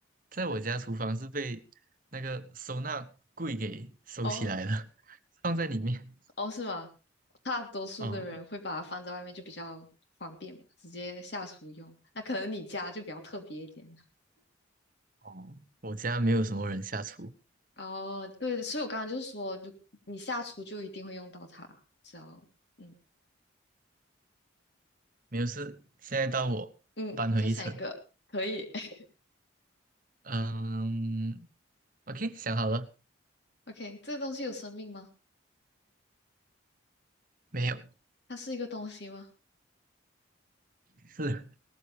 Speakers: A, on the right; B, on the left.
A: 在我家厨房是被那个收纳柜给收起来了，
B: 哦，
A: <laughs> 放在里面。
B: 哦，是吗？大多数的人会把它放在外面，
A: 哦
B: 就比较方便嘛，直接下厨用。那可能你家就比较特别一点。
A: 哦，我家没有什么人下厨，
B: 哦，对，所以我刚刚就是说，就你下厨就一定会用到它，只要嗯
A: 没有事。现在到我搬回一层。
B: 嗯，你再想一个，可以。<laughs>
A: 嗯，OK，想好了
B: OK，这个东西有生命吗？
A: 没有？
B: 它是一个东西吗？
A: 是，